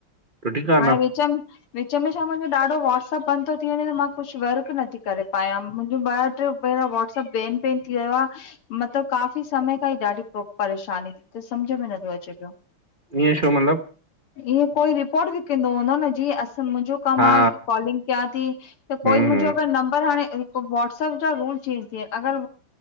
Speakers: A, on the right; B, on the left.
A: सुठी ॻाल्हि
B: हाणे विच में विच में छा मुंहिंजो ॾाढो व्हाट्सअप बंद तो थी वञे त मां कुछ वर्क नथी करे पायां मुंहिंजो ॿ ट्रे भेरा वाट्सअप बेन बेन थी वियो आ मतलब काफ़ी समय खां ई ॾाढी पो परेशानी त समझ में न थो अचे पयो।
A: आहे ईअं छो मतिलब
B: ईअं कोई रिपोर्ट बि कंदो हूंदो न जीअं असां मुंहिंजो कम
A: हा
B: आ की कॉलिंग क्यां ती त कोई
A: हम्म
B: मुंहिंजो
A: हम्म
B: अगर नंबर हाणे वॉट्सअप जा रूल चेंज थी विया अगर